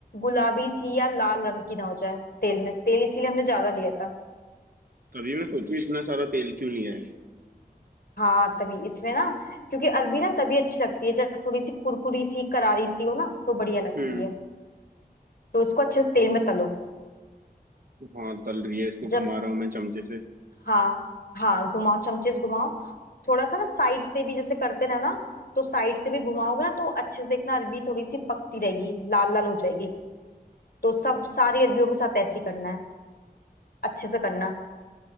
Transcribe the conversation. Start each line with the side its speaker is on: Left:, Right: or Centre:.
Left: गुलाबी सी या लाल रंग की ना हो जाए तेल में तेल इसीलिए हमने ज्यादा लिया था
Right: तभी मैं सोचूं इतना सारा तेल क्यों लिया है
Left: हाँ तभी इसमें ना क्योंकि अरबी ना तभी अच्छी लगती है जब थोड़ी सी कुरकुरी सी करारी सी हो ना तो बढ़िया लगती
Right: हम्म
Left: है तो इसको अच्छे से तेल
Right: हाँ
Left: में तलो
Right: हाँ तल रही है इसको घुमा
Left: जब
Right: रहा हूँ मैं चमचे से
Left: हाँ हाँ घुमाओ चमचे से घुमाओ थोड़ा सा ना साइड से भी जैसे करते रहना तो साइड से भी घुमाओगे ना तो अच्छे से देखना अरबी थोड़ी सी पकती रहेगी लाल लाल हो जाएगी तो सब सारी अरबियों के साथ ऐसे ही करना है अच्छे से करना